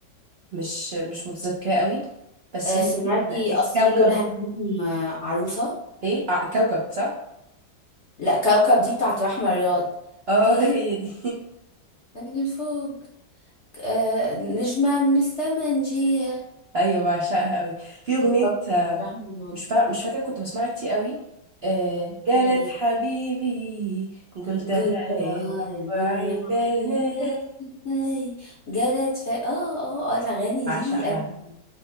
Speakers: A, on the right; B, on the left.
A: مش مش متذكرة قوي بس
B: آه
A: ممكن
B: سمعتي
A: الكوكب
B: اصيل الهميم آه، عروسة
A: ايه آه كوكب صح
B: لا كوكب دي بتاعت رحمة رياض
A: اه
B: تيجي
A: <laughs> هي دي
B: من الفوق آه نجمة من السما نجيها
A: ايوه بعشقها قوي في اغنية
B: دي كوكب بتاعت رحمة رياض
A: مش فا... مش فاكرة كنت بسمعها كتير قوي آه جالت
B: ايه
A: حبيبي قلتها
B: قلت
A: يا
B: غار
A: لو
B: نور
A: عيني
B: عيني جرت في اه اه اه الاغاني
A: بعشقها
B: دي أنا-